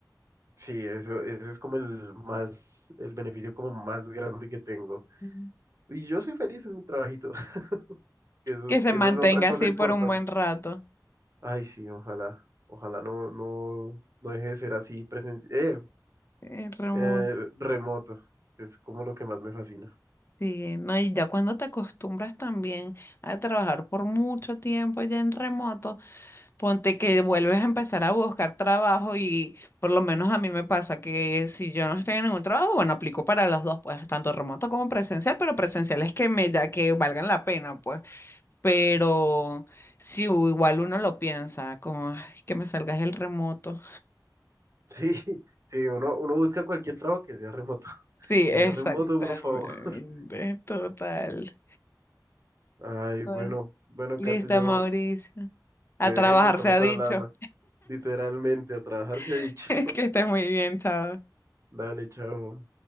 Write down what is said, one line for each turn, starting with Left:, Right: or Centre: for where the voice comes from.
Right: sí, eso, ese es como el más, el beneficio como más grande que tengo.
Left: Ujú.
Right: Y yo soy feliz en mi trabajito, <laughs> que eso
Left: Que
Right: es,
Left: se
Right: esa
Left: mantenga
Right: es otra cosa
Left: así
Right: importante.
Left: por un buen rato.
Right: Ay, sí, ojalá, ojalá no, no, no deje de ser así presencial, eh,
Left: Eh, remoto.
Right: eh, remoto, que es como lo que más me fascina.
Left: Sí, no, y ya cuando te acostumbras también a trabajar por mucho tiempo ya en remoto. Ponte que vuelves a empezar a buscar trabajo y por lo menos a mí me pasa que si yo no estoy en ningún trabajo, bueno, aplico para los dos, pues tanto remoto como presencial, pero presencial es que me da que valgan la pena, pues. Pero si igual uno lo piensa, como "Ay, que me salgas el remoto.
Right: <laughs> Sí, sí, uno, uno busca cualquier trabajo que sea remoto. <laughs>
Left: Sí,
Right: Que
Left: exactamente,
Right: sea remoto, por favor. <laughs>
Left: total.
Right: Ay,
Left: Bueno,
Right: bueno, bueno,
Left: Listo,
Right: Kate, yo
Left: Mauricio. A
Right: te dejo,
Left: trabajar
Right: estamos
Left: se ha dicho.
Right: hablando literalmente a trabajar se ha
Left: <laughs>
Right: dicho.
Left: Que estés muy bien, chao.
Right: Dale, chao.